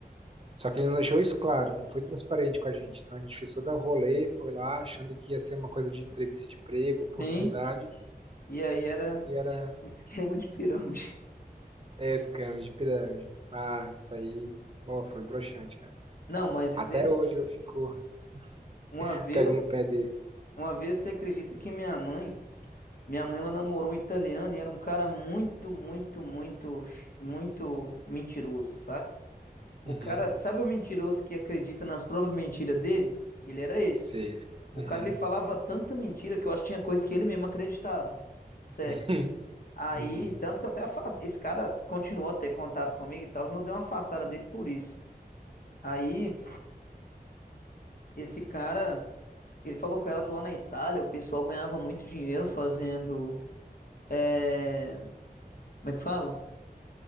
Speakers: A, on the right (about 35°); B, on the left (about 60°).
A: Só que ele não deixou isso claro, não foi transparente com a gente. Então a gente fez toda a rolê, foi lá achando que ia ser uma coisa de entrevista de emprego, oportunidade,
B: Sim. E aí era
A: e era
B: um <laughs> esquema de pirâmide.
A: é, scam de pirâmide. Ah, isso aí, ó, foi broxante, cara.
B: Não, mas
A: Até
B: isso é tenso.
A: hoje eu fico,
B: Uma
A: <laughs>
B: vez,
A: pego no pé dele.
B: uma vez você acredita que minha mãe, minha mãe ela namorou um italiano e era um cara muito, muito, muito, ch- muito mentiroso, saca? O
A: Uhum.
B: cara, sabe o mentiroso que acredita nas próprias mentiras dele? Ele era esse,
A: Sei.
B: filho. O
A: Uhum.
B: cara ele falava tanta mentira que eu acho que tinha coisa que ele mesmo acreditava. Sério.
A: <laughs>
B: Aí,
A: Uhum.
B: tanto que eu até afast... esse cara continuou a ter contato comigo e tal, mas eu dei uma afastada dele por isso. Aí, Esse cara, ele falou com ela que lá na Itália o pessoal ganhava muito dinheiro fazendo. é, Como é que fala?